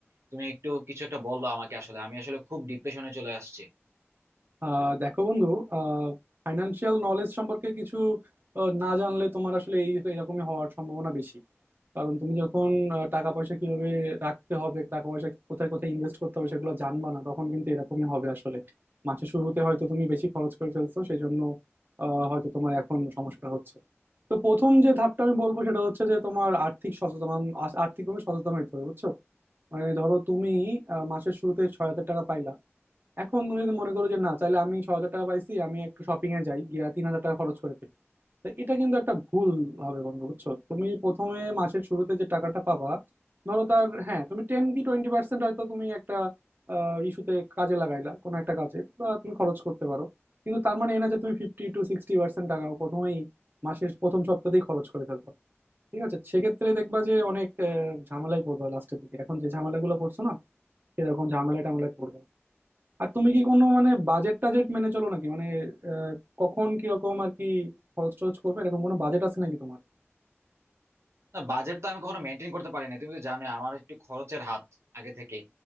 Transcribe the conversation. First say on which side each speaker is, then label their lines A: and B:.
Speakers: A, on the right (about 70°); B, on the right (about 45°).
A: তুমি একটু কিছু একটা বলো আমাকে আসলে আমি আসলে খুব ডিপ্রেশনে চলে আসছি
B: আহ দেখো বন্ধু financial knowledge সম্পর্কে কিছু আহ, না জানলে তোমার আসলে এই এরকমই হওয়ার সম্ভাবনা বেশি কারণ তুমি যখন আহ, টাকা পয়সা কিভাবে রাখতে হবে টাকা পয়সা কোথায় কোথায় ইনভেস্ট করতে হবে সেগুলো জানবা না তখন কিন্তু এরকমই হবে আসলে মাসের শুরুতে হয়তো তুমি বেশি খরচ করে ফেলছো সেই জন্য আহ, হয়তো তোমার এখন সমস্যাটা হচ্ছে তো প্রথম যে ধাপটা আমি বলবো সেটা হচ্ছে যে তোমার আর্থিক সচেতন আর্থিকভাবে সচেতন হইতে হবে বুঝছো মানে ধরো তুমি আহ, মাসের শুরুতে ছয় হাজার টাকা পাইলা এখন তুমি যদি মনে করো যে না তাহলে আমি ছ হাজার টাকা পাইছি আমি একটু শপিং এ যাই গিয়া তিন হাজার টাকা খরচ করে ফেলি তো এটা কিন্তু একটা ভুল হবে বন্ধু বুঝছো তুমি প্রথমে মাসের শুরুতে যে টাকাটা পাবা ধরো তার হ্যাঁ তুমি টেন কি টোয়েন্টি পার্সেন্ট হয়তো তুমি একটা ইস্যুতে কাজে লাগাইলা কোনো একটা কাজে বা তুমি খরচ করতে পারো কিন্তু তার মানে এই না যে তুমি ফিফটি টু সিক্সটি পার্সেন্ট টাকা প্রথমেই মাসের প্রথম সপ্তাহতেই খরচ করে ফেলবা ঠিক আছে সেক্ষেত্রে দেখবা যে অনেক আহ, ঝামেলায় পড়বা লাস্টের দিকে এখন যে ঝামেলাগুলো পড়ছো না সেরকম ঝামেলা টামেলায় পড়বা আর তুমি কি কোনো মানে বাজেট টাজেট মেনে চলো নাকি মানে আহ, কখন কিরকম আর কি খরচ টরচ করবে এরকম কোনো বাজেট আছে নাকি তোমার
A: না বাজেট তো আমি কখনো মেনটেন করতে পারি না তুমি তো জানোই আমার একটু খরচের হাত আগে থেকে